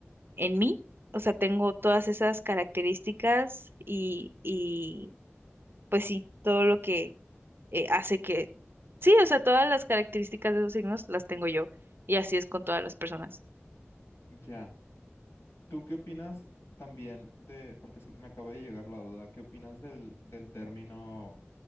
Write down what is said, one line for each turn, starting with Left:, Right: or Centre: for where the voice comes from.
Right: en mí. O sea, tengo todas esas características y, y pues sí, todo lo que eh, hace que... Sí, o sea, todas las características de esos signos las tengo yo. Y así es con todas las personas.
Left: ya. ¿Tú qué opinas también de, porque se- me acaba de llegar la duda, ¿qué opinas del, del término